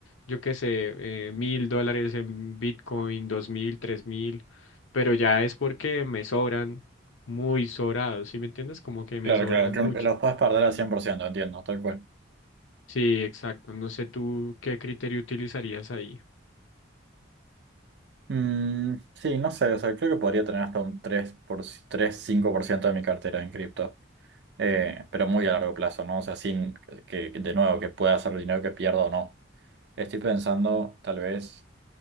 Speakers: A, on the left; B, on the right.
A: yo qué sé, eh, mil dólares en Bitcoin, dos mil, tres mil, pero ya es porque me sobran muy sobrados, ¿sí me entiendes? Como que me
B: Claro,
A: sobran
B: claro,
A: mucho.
B: que los puedes perder al 100% entiendo, tal cual.
A: Sí, exacto. No sé tú qué criterio utilizarías ahí.
B: Mm, sí, no sé, o sea, creo que podría tener hasta un tres por, tres cinco por ciento de mi cartera en cripto, Eh, pero muy a largo plazo, ¿no? O sea, sin que, que, de nuevo, que pueda hacer dinero que pierda o no. Estoy pensando tal vez